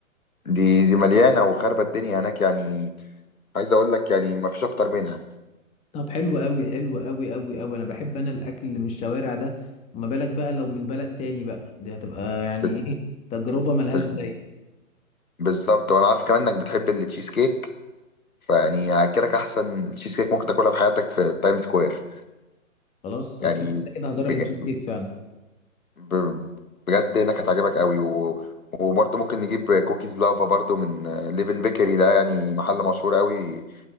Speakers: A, on the left; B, on the left.
A: دي دي مليانه وخربت الدنيا هناك يعني عايز اقول لك يعني ما فيش اكتر منها
B: طب حلو قوي حلو قوي قوي قوي انا بحب انا الاكل اللي من الشوارع ده وما بالك بقى لو من بلد تاني بقى دي هتبقى يعني
A: بز-
B: ايه تجربة ملهاش
A: بز-
B: زي
A: بالظبط وانا عارف كمان انك بتحب التشيز كيك فيعني هاكلك احسن تشيز كيك ممكن تاكلها في حياتك في تايم سكوير
B: خلاص
A: يعني
B: اكيد كده كده هجرب
A: بج-
B: التشيز كيك فعلا
A: ب- بجد هناك هتعجبك قوي و... وبرضه ممكن نجيب كوكيز لافا برضه من ليفن بيكري ده يعني محل مشهور قوي